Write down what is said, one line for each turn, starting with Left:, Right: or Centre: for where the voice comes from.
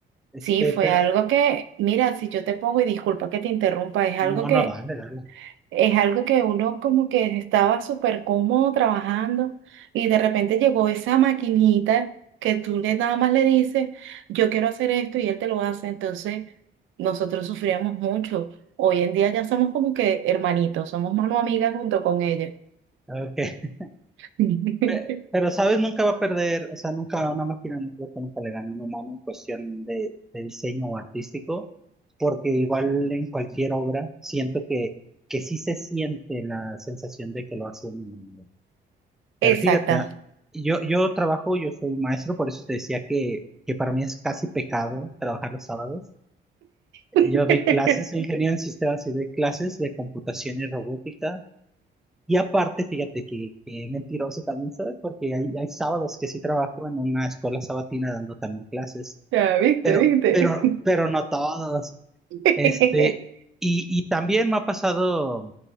Centre: Este,
Right: Sí, fue
Centre: pero
Right: algo que, mira, si yo te pongo y disculpa que te interrumpa, es algo
Centre: no,
Right: que
Centre: no, dale, dale.
Right: es algo que uno como que estaba súper cómodo trabajando y de repente llegó esa maquinita que tú le nada más le dices, yo quiero hacer esto y él te lo hace. Entonces nosotros sufríamos mucho. Hoy en día ya somos como que hermanitos, somos mano amiga junto con ella.
Centre: Ok.
Right: <laughs>
Centre: Pe- Pero, ¿sabes? Nunca va a perder, o sea, nunca una máquina, no creo que nunca le gane a un humano en cuestión de, de diseño o artístico, porque igual en cualquier obra siento que, que sí se siente la sensación de que lo hace un humano. Pero
Right: Exacta.
Centre: fíjate, ah, yo, yo trabajo, yo soy maestro, por eso te decía que, que para mí es casi pecado trabajar los sábados. Eh,
Right: <laughs>
Centre: Yo doy clases, soy ingeniero en sistemas y doy clases de computación y robótica y aparte, fíjate que, que mentiroso también soy, porque hay, hay sábados que sí trabajo en una escuela sabatina dando también clases,
Right: Ya, viste,
Centre: pero,
Right: viste.
Centre: pero, pero no todos.
Right: <laughs>
Centre: Este, y, y también me ha pasado